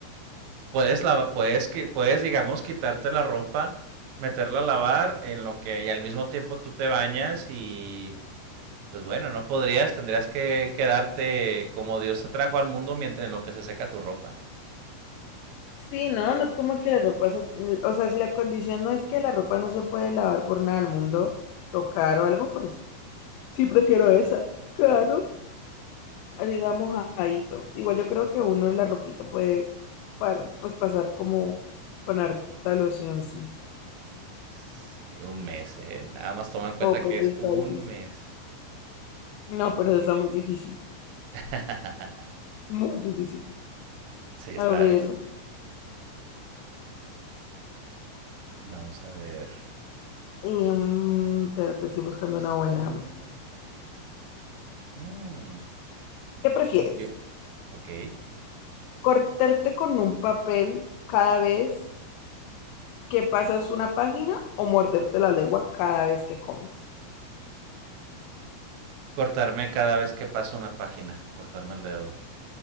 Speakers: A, on the right; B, on the left.
A: Puedes, lava- puedes, que- puedes, digamos, quitarte la ropa, meterla a lavar, en lo que y al mismo tiempo tú te bañas y, pues bueno, no podrías, tendrías que quedarte como Dios te trajo al mundo mientras, en lo que se seca tu ropa.
B: Sí, ¿no? No es como que la ropa, se- o sea, si la condición no es que la ropa no se puede lavar por nada del mundo, tocar o algo, pues sí prefiero esa, <laughs> claro. Así sea mojadito. Igual yo creo que uno la ropita puede par- pues pasar como con harta locioncito.
A: Sí, un mes, ¿eh? Nada más toma en cuenta
B: Oh, pero
A: que
B: eso
A: es un
B: está difícil.
A: mes.
B: No, pero
A: Y...
B: eso está muy difícil,
A: <laughs>
B: muy difícil.
A: sí, está.
B: A ver,
A: es- Vamos a ver,
B: em, pero te estoy buscando
A: vamos
B: una buena.
A: a ver. Mm,
B: ¿Qué prefieres?
A: yo- Ok.
B: ¿Cortarte con un papel cada vez? que pasas una página o morderte la lengua cada vez que comes.
A: Cortarme cada vez que paso una página, cortarme el dedo.